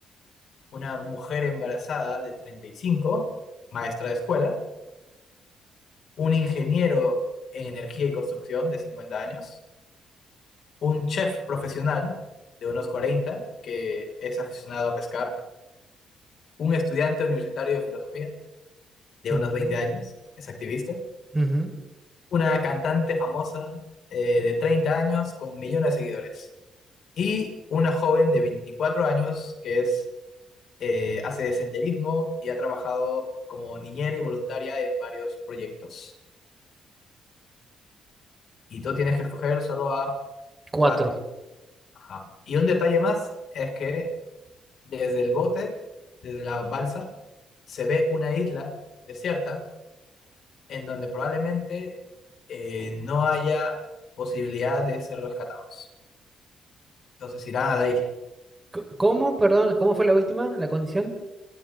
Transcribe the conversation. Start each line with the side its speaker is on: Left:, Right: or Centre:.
Left: una mujer embarazada de 35, maestra de escuela, un ingeniero en energía y construcción de 50 años, un chef profesional de unos 40 que es aficionado a pescar, un estudiante universitario de filosofía de
Right: ujú,
Left: unos 20 años, es activista,
Right: ujú.
Left: una cantante famosa eh, de 30 años con millones de seguidores y una joven de 24 años que es eh, hace senderismo y ha trabajado como niñera y voluntaria en varios proyectos. Y tú tienes que escoger solo a
Right: Cuatro.
Left: cuatro. Ajá. Y un detalle más es que desde el bote, desde la balsa, se ve una isla desierta en donde probablemente eh, no haya posibilidad de ser rescatados. Entonces irán a la isla.
Right: C- ¿Cómo, perdón, cómo fue la última, la condición?